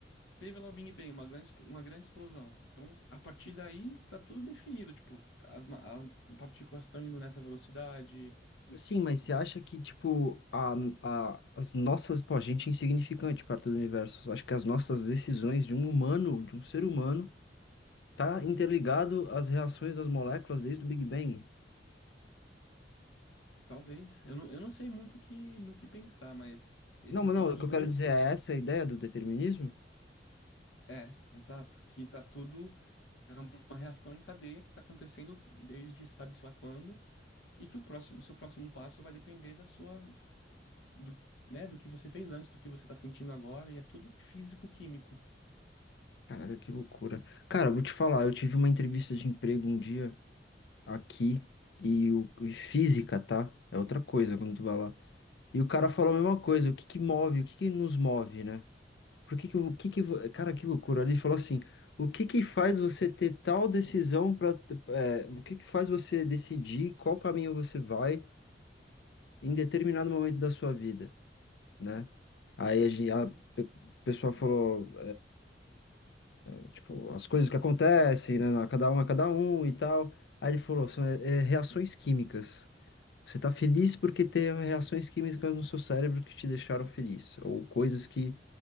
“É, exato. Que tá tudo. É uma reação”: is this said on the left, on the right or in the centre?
Left